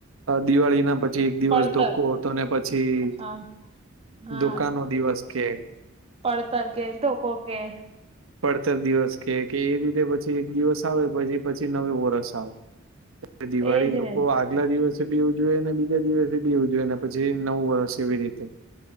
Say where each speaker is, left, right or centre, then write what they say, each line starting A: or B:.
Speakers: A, on the right; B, on the right.
A: દિવાળી ના પ પછ એક દિવસ
B: પડતર
A: ધોકો હતો અને પછી
B: હા હા,
A: ધોકાનો દિવસ કે
B: પડતર કે ધોકો કે.
A: પડતર દિવસ કે કે એ રીતે પછી એક દિવસ આવે પછી પછી નવું વરષ આવે. દિવાળી
B: એજ
A: લોકો
B: ને
A: આ ટલા દિવસે બી ઉજવેય ને બીજા દિવસે બી ઉજવે ને પછી નવું વર્ષ એવી રીતે.